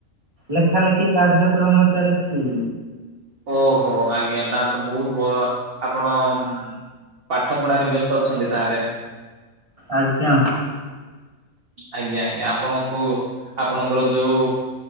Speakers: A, on the right (about 25°); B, on the right (about 45°).
A: ଲେଖା ଲେଖି କାର୍ଯ୍ୟକ୍ରମ ଚାଲିଚି।
B: ଓହୋ, ଆଜ୍ଞା ତାହେଲେ ତ ବହୁତ ଭଲ ଆପଣ ଉଁ ପାଠ ପଢାରେ ବ୍ୟସ୍ତ ଅଛନ୍ତି ତାହେଲେ
A: ଆଜ୍ଞା।
B: ଆଜ୍ଞା, ଆଜ୍ଞା ଆପଣ? ହୋ ଆପଣଙ୍କର ଯୋଉ